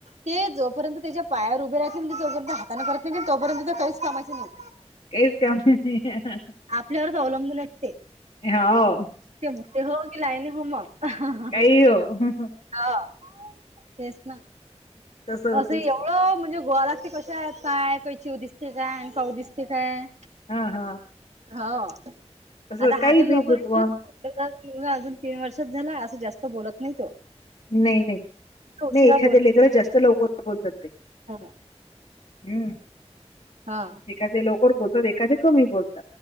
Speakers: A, on the right; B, on the left.
A: ते जोपर्यंत त्याच्या पायावर उभे राहत नाही म्हणजे जोपर्यंत हाताने करत नाही, तोपर्यंत ते काहीच कामाचे नाही.
B: <unintelligible>
A: आपल्यावरच अवलंबून असते.
B: हो
A: ते ते हो की लायने हो मग.
B: काही हो
A: हा तेच ना,
B: तस होतेच
A: असं एवढं
B: ते
A: म्हणजे गोवाला ते क पाय काय चिऊ दिसते काय आणि काऊ दिसते काय?
B: हा हा.
A: हो.
B: तस
A: आता
B: काही
A: हा तर लवकर
B: बी गुतवा
A: <unintelligible> त्यांना मुलगा अजून तीन वर्षात झाला, असं जास्त बोलत नाही तो.
B: नाही नाही नाही,
A: उशिरा
B: एखाद्या लेकर जास्त लवकर बोलावतात ते.
A: हो हो.
B: हम्म.
A: हा.
B: एखादे लकर बोलतो, एखादे कमी बोल